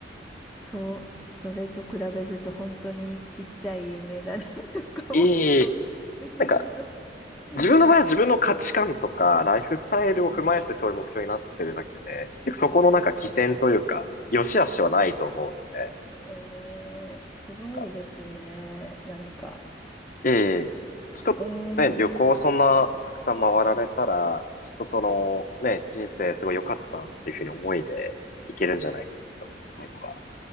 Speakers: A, in the centre; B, on the left.
A: そう、それと比べると本当にちっちゃい夢だな <laughs> とか思っちゃうんだけど、
B: いい。
A: 自分の
B: なんか
A: 夢も。
B: 自分の場合は自分の価値観とか、ライフスタイルを踏まえてそういう目標になってるだけで、
A: うん、
B: 結局そこのなんか起点というか、
A: あー
B: 良し悪しはないと思うので、
A: はい、はい。えー、すごいですね。
B: なんか
A: なんか、
B: ええ、きっとね、
A: えー、
B: 旅行そんなたくさん回られたら、きっとそのね、人生すごい良かったっていうふうに思いでいけるんじゃないかなと、最後は思